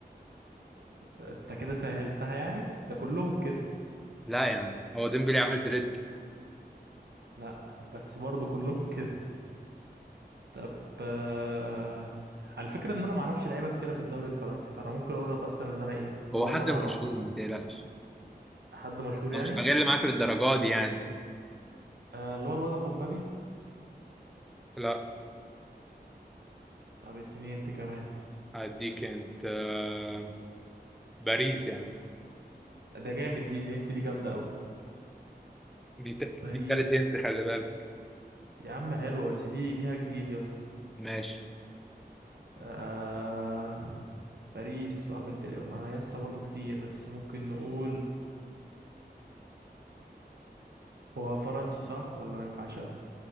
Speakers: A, on the right; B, in the centre.
A: انت كده سهلتها يعني ده كلهم كده
B: لا يا عم هو ديمبلي عامل دريد
A: لا بس برضو كلهم كده طب آه، على فكرة ان انا معرفش لعيبة كتيرة في الدوري الفرنسي فانا ممكن اقول لك اصلا اللي انا ايه
B: هو
A: اللي هو
B: حد
A: اللي انا
B: مشهور
A: اعرفهم
B: ما تقلقش
A: حد مشهور
B: انا
A: يعني
B: مش هغل معاك للدرجه دي يعني
A: آه، اللي هو الواد خمبابي
B: لا
A: طب اديني انت كمان
B: هديك انت آه باريس يعني
A: ده جامد دي الهنت دي جامدة قوي
B: دي ت...
A: باريس
B: دي تالت انت خلي بالك
A: يا عم حلوة بس دي دي هتجيب يا اسطى
B: ماشي
A: آه، باريس وعامل دري وما يا اسطى برضه كتير بس ممكن نقول هو فرنسي صح ولا ما ينفعش اسال